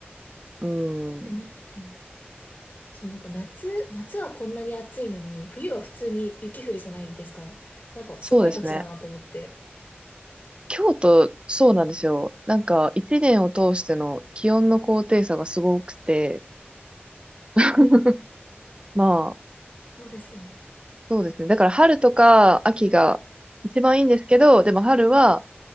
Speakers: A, on the right; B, on the left.
A: うん。
B: え、うん。そうなんか夏、夏はこんなに暑いのに、冬は普通に雪降るじゃないですか。なんか、
A: そうですね。
B: すごい土地だなと思って。
A: 京都、そうなんですよ。なんか、一年を通しての気温の高低差がすごくて、<laughs> まあ、
B: そうですよね。
A: そうですね。だから春とか秋が一番いいんですけど、でも春は